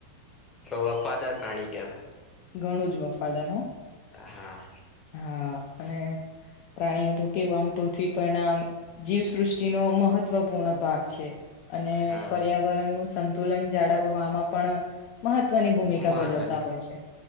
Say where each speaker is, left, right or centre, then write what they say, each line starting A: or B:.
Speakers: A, on the left; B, on the left.
A: તો વફાદર પ્રાણી કહેવાય.
B: ઘણું જ વફાદાર હ.
A: હા.
B: હા અને પ્રાણીઓ તો કેવું આમ પૃથ્વી પર ના જીવસૃષ્ટિનો મહત્વપૂર્ણ ભાગ છે. અને
A: હા
B: પર્યાવરણનુંું સંતુલન જાળવવામાં પણ મહત્વની ભૂમિકા
A: મહત્વની
B: ભજવતા હોય છે.